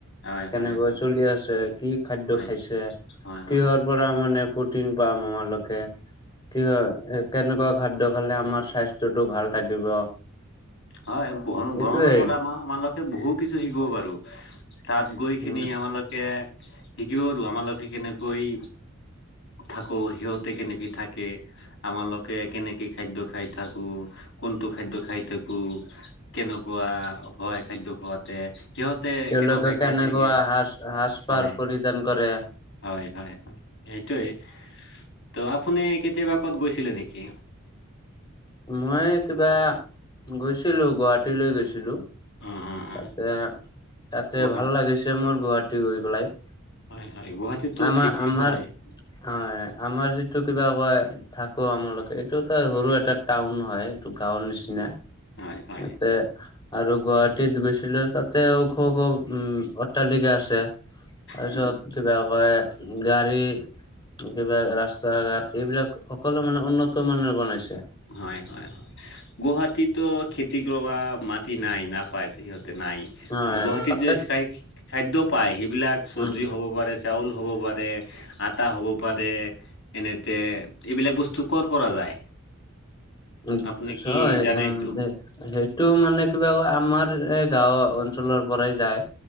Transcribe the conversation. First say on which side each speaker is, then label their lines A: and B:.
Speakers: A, on the left (about 65°); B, on the left (about 20°).
A: হয়
B: কেনেকৈ
A: হয় হয়
B: চলি আছে, কি খাদ্য
A: হয়
B: খাইছে
A: হয় হয়
B: কিহৰ পৰা মানে প্ৰটিন পাম আমালোকে, কি হয় এ কেনেকুৱা খাদ্য খালে আমাৰ স্বাস্থ্য টো ভাল থাকিব।
A: হয় ভ্ৰমণৰ
B: এইটোৱেই
A: পৰা আমাৰ আমালোকে বহুত কিছু শিকিব পাৰোঁ। তাত গৈ
B: উম
A: কিনি আমালোকে শিকিব পাৰোঁ আমালোকে কেনেকৈ থাকো সিহঁতে কেনেকে থাকে? আমাৰলোকে কেনে কি খাদ্য খাই থাকোঁ কোনটো খাদ্য খাই থাকোঁ। টো কেনেকুৱা হয় খাদ্য খোৱাতে সিহঁতে
B: তেওঁলোকে
A: কেনেকৈ
B: কেনেকুৱা
A: খাই থাকে,
B: সাজ সাজ-পাৰ
A: হয়
B: পৰিধান কৰে।
A: হয় হয় হয়, সেইটোৱে ত আপুনি কেতিয়াবা ক'ত গৈছিলে নেকি?
B: মই কিবা গৈছিলো গুৱাহাটীলৈ গৈছিলোঁ।
A: অ অ অ
B: তাতে তাতে
A: গুৱাহাটী
B: ভাল লাগিছে মোৰ গুৱাহাটী গৈ পেলাই।
A: হয় হয় গুৱাহাটীতো
B: আমাৰ
A: চিটি
B: আমাৰ
A: হয়।
B: হয় আমাৰ যিটো কিবা কয় থাকোঁ আমালোকে এইটো তই সৰু এটা টাউন নহয় এইটো গাঁৱৰ নিচিনা ইয়াতে
A: হয় হয়
B: আৰু গুৱাহাটীত গৈছিলোঁ তাতে ওখ ওখ উম অট্টালিকা আছে। তাৰপিছত
A: হয়
B: কিবা কয় গাড়ী কিবা ৰাস্তা ঘাট এইবিলাক সকলো মানে উন্নত মানৰে বনাইছে।
A: হয় হয় হয় গুৱাহাটীতো খেতি কৰবা মাতি টি নাই নাপায় সিহঁতে নাই।
B: হয়
A: গুৱাহাটীত
B: তাতে
A: যে খাই খাদ্য পায় সেইবিলাক চব্জি
B: উম
A: হ'ব পাৰে চাউল হ'ব পাৰে, আটা হ'ব পাৰে এনেতে এইবিলাক বস্তু কৰ পৰা যায়?
B: <unintelligible>
A: আপুনি কি জানে সেইটো?
B: সেইটো মানে কিবা কয় আমাৰ এই গাঁও অঞ্চলৰ পৰাই যায়।